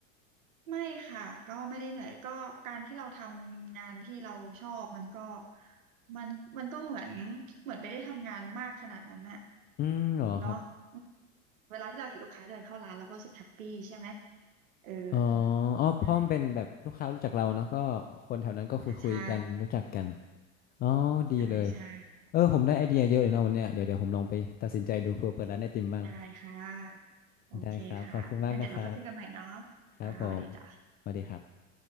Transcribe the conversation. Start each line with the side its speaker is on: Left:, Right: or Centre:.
Right: ไม่ค่ะก็ไม่ได้เหนื่อยก็การที่เราทำงานที่เราชอบมันก็มันมันก็เหมือนเหมือนไม่ได้ทำงานมากขนาดนั้นน่ะ
Left: อืมเหรอครับ
Right: เนาะอืมเวลาที่เราเห็นลูกค้าเดินเข้าร้านเราก็รู้สึกแฮปปี้ใช่ไหมเออ
Left: อ๋ออ๋อเพราะมันเป็นแบบลูกค้ารู้จักเราเนาะก็คนแถวนั้นก็คุยคุยกันรู้จักกัน
Right: นั่นแหละอ่าใช่
Left: อ๋อดีเลย
Right: ใช่ใช่
Left: เออผมได้ไอเดียเยอะเลยนะวันเนี้ยเดี๋ยวเดี๋ยวผมลองไปตัดสินใจดูเผื่อเปิดร้านไอติมบ้าง
Right: ได้ค่ะโอเคค่ะงั้นเดี๋ยวเราค่อยคุยกันใหม่เนาะ
Left: ได้ครับขอบคุณมากนะครับ ครับผม
Right: จ้าสวัสดีจ้า
Left: สวัสดีครับ